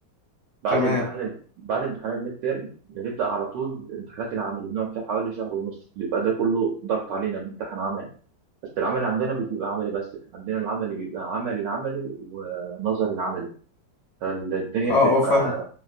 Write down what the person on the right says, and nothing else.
بعد
امتحان ال- بعد امتحان الميد تيرم بنبدا على طول امتحانات العمل بنقعد فيها حوالي شهر ونص بيبقى ده كله ضغط علينا بنمتحن عملي بس العمل عندنا مش بيبقى عملي بس احنا عندنا العملي بيبقى عملي العملي ونظري العملي فالدنيا
بتبقى